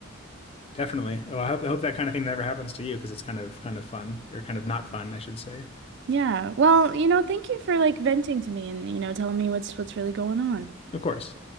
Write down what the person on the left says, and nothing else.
Definitely. Oh, I hope I hope that kind of thing never happens to you because it's kind of kind of fun or kind of not fun, I should say.
Of course.